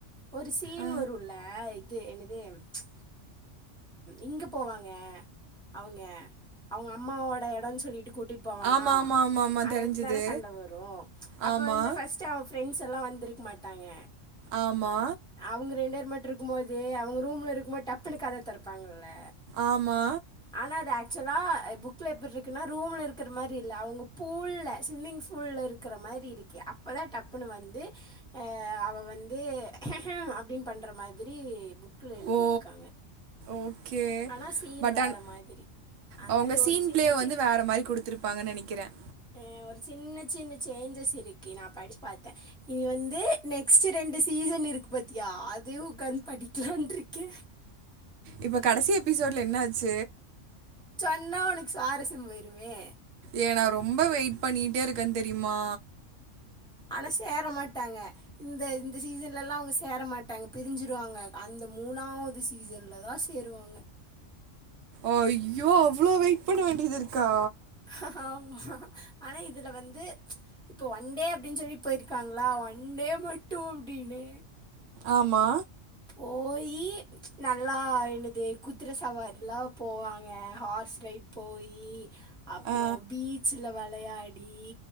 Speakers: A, in the centre; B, on the right.
A: ஒரு சீன்
B: ஆ
A: வருல்ல த என்னது ப்ச் இங்க போவாங்க அவங்க அவங்கம்மாவோட எடம்னு சொல்லிட் கூட்டிட்டு போவானா
B: ஆமா ஆமா ஆமா ஆமா
A: அங்க
B: தெரிஞ்சுது
A: வச்சு தான சண்ட வரும் அப்ப
B: ஆமா
A: வந்து ஃபர்ஸ்ட் அவ் ஃப்ரெண்ட்ஸெல்லா வந்திருக்க மாட்டாங்க
B: ஆமா
A: அவங்க ரெண்டுவேர் மட்டு இரு க்கும் போது அவங்க ரூம்ல இருக்கும் போது டப்புனு கதவு தெரப்பாங்க
B: ஆமா
A: ஆனா அது ஏக் ஆக்சுவலா புக்ல எப்பிற்ருகுன்னா ரூம்ல இருக்கிற மாரி இல்ல அவங்க பூல்ல ஸ்விம்மிங் ஃபூல்ல இருக்கிற மாரி இருக்கு அப்பதா டப்புனு வந்து அவ வந் து ஹஹம் அப்டீன்னு பண்ற மாதிரி புக்ல எழுதிருக்காங்க
B: ஓ ஓகே
A: ஆனா சீன்
B: பட்
A: வேற
B: ஆன்
A: மாதிரி அந்த
B: அவங்க
A: மாதிரி
B: சீன்
A: ஒரு சின்ன
B: பிளே வந்து
A: சின்ன
B: வேற மாதிரி கொடுத்துருப்பாங்கன்னு நினைக்கிறேன்
A: ஆ ஒரு சின்ன சின்ன சேஞ்சஸ் இருக்கி நா படிச்சு பாத்தே இனி வந்து நெக்ஸ்ட் ரெண் டு சீசன் இருக்கு பாத்தியா அ தயு உக்காந் படிக்கலான்ருக் கே
B: இப்ப கடசி எபிசோட்ல என்ன ஆச்சு
A: சொன்னா உனக்கு சுவாரஸ்யம் போயிருமே
B: ஏ நா ரொம்ப வெயிட் பண்ணிட்டே இருக்கே தெரியுமா
A: ஆனா சேர மாட்டாங்க இந்த இந்த சீசன்லல்லா அவங்க சேர மாட்டாங்க பிரிஞ்சிருவாங்க அந்த மூணாவது சீசன்லதா சேருவாங்க
B: அய்யோ அவ்ளோ வெயிட் பண்ண வேண்டியதிருக்கா
A: ஆ ஆனா இதுல வந்து இப்போ ஒன் டே அப்டீன் சொல்லி போயிருக்காங்களா ஒன் டே மட்டு அப்டீனு
B: ஆமா
A: போயி நல்லா என்னது குதிர சவாரிலாம் போவாங்க ஹார்ஸ் ரைட் போயி அப்றோ
B: ஆ,
A: பீச்ல வெளையா டீ